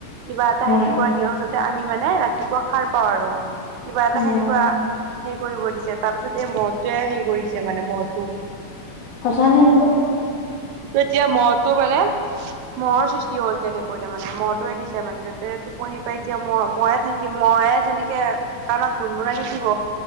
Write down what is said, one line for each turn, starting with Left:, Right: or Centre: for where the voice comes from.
Right: কিবা এটা
Left: হয়
Right: সেনেকুৱা দিয়ক যাত তে আমি মানে ৰাতিপুৱা সাৰ পাওঁ আৰু কিবা এটা সেনেকুৱা
Left: অ
Right: হেই কৰিব দিছে তাৰপিছত এই মহটোৱে হেই কৰিছে মানে মহটো।
Left: সঁচা নে এইটো?
Right: তেতিয়া মহতো মানে মহৰ সৃষ্টি হ'ল তেনেকৈ তাৰ মানে মহটোৱে দিছে মানে যাতে টোপনি পাই এতিয়া মই ময়ে থাকি মই যেনেকে কাণত গুণগুনা থাকিব,